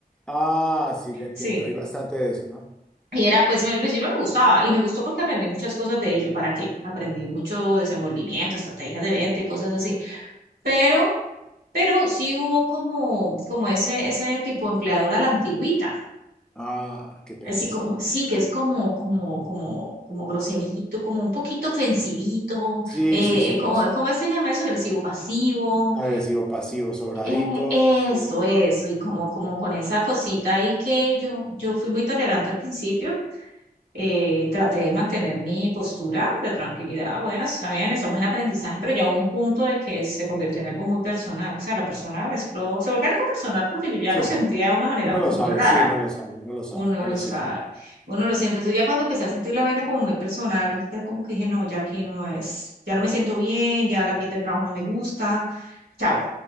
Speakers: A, in the centre; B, on the right.
A: Ah, sí, te entiendo.
B: Sí.
A: Hay bastante de eso, ¿no?
B: Y era, pues en el principio me gustaba y me gustó porque aprendí muchas cosas de ello. ¿Para qué? Aprendí mucho desenvolvimiento, estrategias de venta y cosas así. Pero, pero sí hubo como, como ese, ese tipo de empleador a la antigüita.
A: Ah, qué pereza.
B: Así como, sí, que es como, como, como, como groserito, como un poquito ofensivito,
A: Sí,
B: eh,
A: sí, sí,
B: eh, como-
A: yo sé.
B: ¿cómo se llama eso? Agresivo pasivo,
A: Agresivo, pasivo, sobradito.
B: eh, eso,
A: Sí,
B: eso,
A: sí.
B: y como, como con esa cosita ahí que yo, yo fui muy tolerante al principio, eh, traté de mantener mi postura de tranquilidad. Bueno, está bien, estamos en aprendizaje, pero ya hubo un punto de que se convirtió en algo muy personal. O sea, la persona mezcló, se volvió algo personal porque yo ya
A: Sí,
B: lo sentía de una manera
A: uno
B: como
A: lo sabe,
B: muy rara.
A: sí, uno lo sabe, uno lo sabe,
B: Uno
A: uno
B: lo
A: lo
B: sabe,
A: siente.
B: uno lo siente. Entonces ya cuando empecé a sentir la vaina como muy personal, ya como que dije, no, ya aquí no es, ya no me siento bien, ya el ambiente de trabajo no me gusta, chao.